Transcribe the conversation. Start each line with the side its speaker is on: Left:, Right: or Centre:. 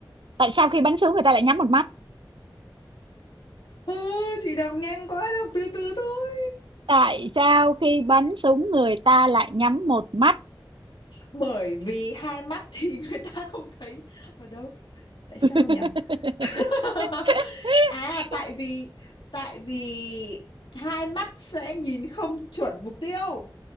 Right: tại sao khi bắn súng người ta lại nhắm một mắt
Left: Ừ, chị đọc nhanh quá, đọc từ từ thôi.
Right: tại sao khi bắn súng người ta lại nhắm một mắt
Left: Bởi vì hai mắt thì <laughs> người ta không thấy. Ở đâu? Tại sao
Right: <laughs>
Left: nhở? <laughs> À, tại vì tại vì hai mắt sẽ nhìn không chuẩn mục tiêu.